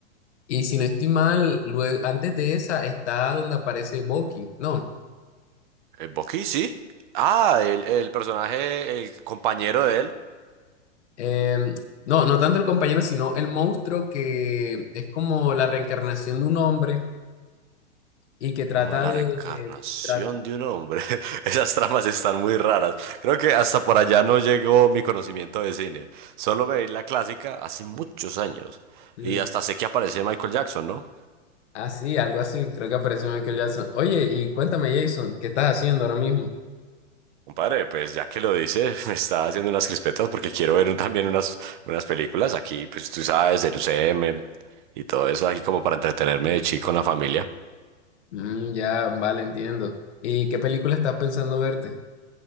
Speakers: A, on the left; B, on the right.
A: y si no estoy mal, luego, antes de esa está donde aparece Bucky, ¿no?
B: ¿El Bucky, sí? Ah, el, el personaje, el compañero de él.
A: Em, no, no tanto el compañero, sino el monstruo que es como la reencarnación de un hombre y que trata
B: Mm, La
A: Ah, de...
B: reencarnación
A: Trata,
B: de un hombre. <laughs> Esas tramas están muy raras. Creo que hasta por allá no llegó mi conocimiento de cine. Solo veí la clásica hace muchos años.
A: mm,
B: Y hasta sé que aparece Michael Jackson, ¿no?
A: ah, sí, algo así, creo que apareció Michael Jackson. Oye, y cuéntame, Jason, ¿qué estás haciendo ahora mismo?
B: Compadre, pues ya que lo dice, <laughs> me está haciendo unas crispetas porque quiero ver un- también unas, unas películas aquí, pues tú sabes, el UCM y todo eso aquí como para entretenerme de chico en la familia.
A: Mm, ya, vale, entiendo. ¿Y qué película estás pensando verte?